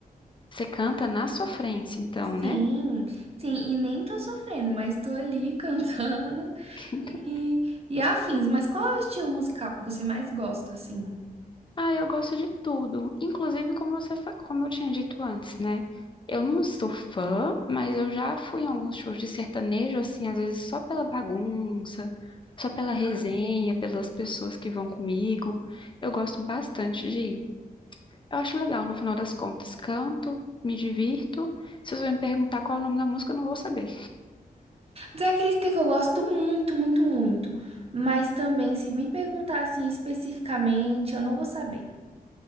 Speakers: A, on the left; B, on the right.
A: Você canta na sofrência, então,
B: Sim,
A: né?
B: sim, e nem tô sofrendo, mas tô ali <laughs> cantando
A: <laughs>
B: e, e afins. Mas qual é o estilo musical que você mais gosta, assim?
A: Ah, eu gosto de tudo. Inclusive, como você, fa- como eu tinha dito antes, né? Eu não sou fã, mas eu já fui em alguns shows de sertanejo, assim, às vezes só pela bagunça, só pela resenha, pelas pessoas que vão comigo. Eu gosto bastante de ir. Eu acho legal, no final das contas, canto, me divirto. Se você me perguntar qual é o nome da música, eu não vou saber.
B: Tem aquele que eu gosto muito, muito, muito. Mas também, se me perguntar assim especificamente, eu não vou saber.